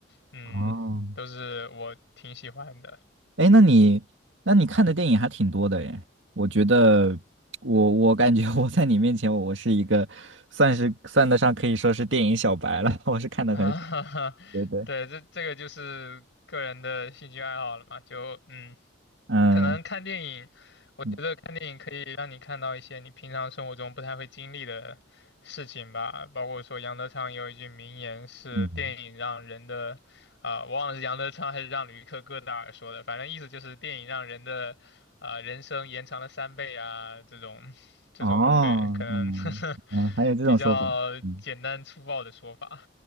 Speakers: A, on the left (about 65°); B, on the right (about 70°).
A: 嗯，
B: 哦，
A: 都是我挺喜欢的。
B: 哎，那你那你看的电影还挺多的耶。我觉得我我感觉我在你面前我，我是一个算是算得上可以说是电影小白了，<laughs> 我是看的很少。
A: <laughs> 啊，哈哈，
B: 对对，
A: 对，这这个就是个人的兴趣爱好了嘛，就嗯，
B: 嗯
A: 可能看电影，我觉得看电影可以让你看到一些你平常生活中不太会经历的事情吧，
B: 嗯
A: 包括说杨德昌有一句名言是电影让人的，
B: 嗯，
A: 啊、我忘了是杨德昌还是让吕克·戈达尔说的，反正意思就是电影让人的，啊、人生延长了三倍啊，这种，这种，
B: 哦，
A: 对，可能
B: 嗯嗯，
A: <laughs>
B: 还有这种说法。
A: 比较简单粗暴的说法。
B: 嗯